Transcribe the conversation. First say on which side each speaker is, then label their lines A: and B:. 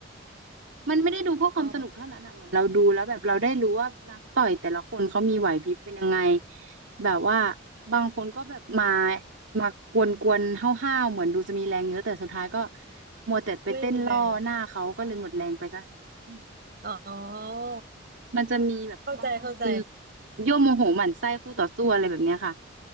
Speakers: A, on the right; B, on the right.
A: มันไม่ได้ดูเพื่อความสนุกเท่านั้นอ่ะเหมือนเราดูแล้วแบบเราได้รู้ว่านักต่อยแต่ละคนเขามีไหวพริบเป็นยังไง
B: อ๋อ
A: แบบว่าบางคนก็แบบมามากวนๆห้าวๆเหมือนดูจะมีแรงเยอะแต่สุดท้ายก็มัวแต่ไปเต้นล่อหน้าเขาก็เลยหมดแรงไปซะอืม
B: ไม่มีแรงอ๋อ
A: มันจะมีแบบบางคนคือ
B: เข้าใจเข้าใจ
A: ยั่วโมโหหมั่นไส้คู่ต่อสู้อะไรแบบเนี้ยค่ะ